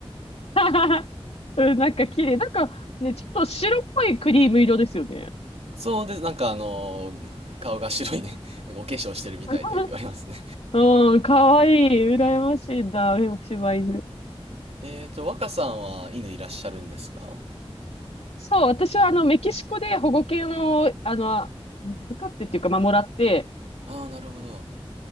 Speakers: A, on the left; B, on the right.
A: <laughs> うん、なんか綺麗。なんかね、ちょっと白っぽいクリーム色ですよね。
B: そうです。なんかあの、顔が白いね。なんかお化粧してるみたいってよく言われますね。
A: <laughs> うん、可愛い。羨ましいな、柴犬。
B: えーと、若さんは犬いらっしゃるんですか
A: そう、私はあの、メキシコで保護犬を、あの、預かってっていうか、まあ、もらって、
B: ああー、なるほど。